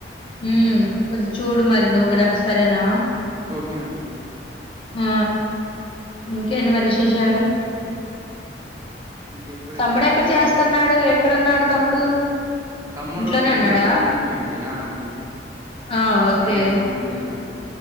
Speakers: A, on the left (about 30°); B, on the right (about 20°).
A: హమ్ చూడు మరి నువ్వు కూడా సరేనా
B: ఓకే అండి.
A: ఆ ఇంకేంటి మరి విశేషాలు
B: ఇంక ఇప్పుడైతే
A: తమ్ముడు ఎక్కడ
B: బెస్ట్
A: చేస్తున్నాడు
B: ఆప్ష
A: ఎక్కడన్నాడు తమ్ముడు
B: తమ్ముడు
A: ఇంట్లోనే
B: ప్లస్
A: ఉన్నాడా
B: ఇప్పుడు సస్టూడింగ్ ఆంటీ ఆ ఆంటీ
A: ఆహ్ ఓకే
B: స్టడీ సంబంధించిన